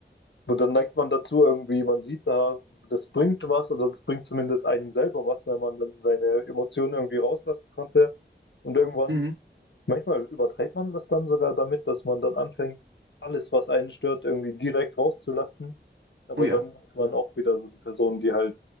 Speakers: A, on the left; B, on the right.
A: dann neigt man dazu irgendwie, man sieht da, das bringt was oder das bringt zumindest einem selber was, wenn man dann seine Emotionen irgendwie rauslassen konnte. Und irgendwann
B: Mhm.
A: Manchmal übertreibt man das dann sogar damit, dass man dann anfängt, alles, was einen stört, irgendwie direkt rauszulassen. Aber
B: Oh ja,
A: dann ist man auch wieder so die Person, die halt